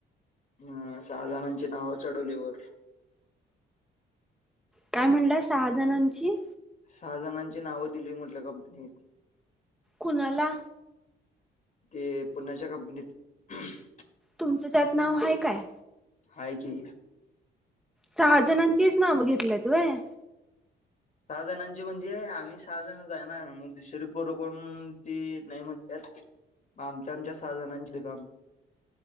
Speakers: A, on the left; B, in the centre.
A: हं सहा जणांची नावं चढवली वर.
B: काय म्हणल्या सहा जणांची
A: सहा जणांची नावं दिली म्हटल् गपग्नीत.
B: कुनाला?
A: तेए पुण्याच्या कंपनीत. खअ
B: तुमचं च्यात नाव हाय काय?
A: हाय की.
B: सहा जणांचीच नाव घेतल्यात होय?
A: सहा जणांची म्हणजे आम्ही सहा जण जाणार मग दुसरी पोरं कोणती नाही म्हणत्यात. मग आमच्या आमच्या सहा जणांची दिलो आम्ही